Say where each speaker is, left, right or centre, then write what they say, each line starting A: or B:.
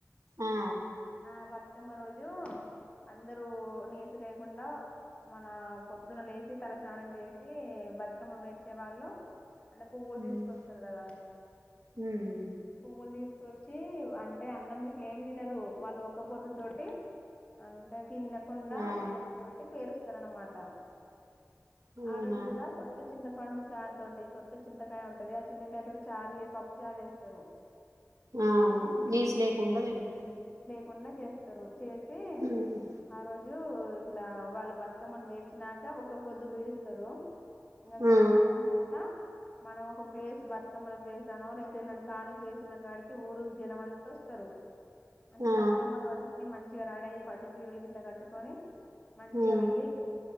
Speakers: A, on the right; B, on the left.
A: ఆ
B: ఆ బతుకమ్మ రోజు అందరూ నీసు లేకుండా మన పొద్దున లేచి తలస్నానం చేసి బతుకమ్మ పెట్టే వాళ్ళు అంటే పువ్వులు
A: ఉమ్
B: తీసుకొస్తారు కదా
A: ఉమ్
B: పూలు తీసుకొచ్చి అంటే అన్నం గిట్ల ఏం తినరు వాళ్ళు ఒక పొద్దు తోటి అంటే తినకుండా
A: ఆ
B: ఒక పొద్దు తోటి పేరుస్తార అనమాట
A: అవునా
B: ఆ రోజు కూడా కొత్త చింత పండు చార్తోటి కొత్త చింతకాయ ఉంటది ఆ చింతకాయతో చారు చేసి పప్పు చారు చేస్తారు తరు
A: ఆ అవును నీసు లేకుండా తింటారు
B: కుండా చేస్తారు చేసి
A: ఉమ్
B: ఆ రోజు ఇట్లా వాళ్ళు బతుకమ్మని వే వచ్చినాక ఒక పొద్దు వీడిస్తారు ఇంకా
A: ఆ
B: సాయంత్రం పూట మనం ఒక ప్లేస్ బతుకమ్మల ప్లేస్ అనవ అయితేన కాళికేసిన కాడికి ఊరు జనంమంతా వస్తారు అంటే
A: ఆ
B: బతుకమ్మలు పట్టుకొని మంచి చీర అదేయి పట్టు చీరలు ఇట్లా కట్టుకొని మంచిగా
A: ఆ
B: వెళ్ళి కూ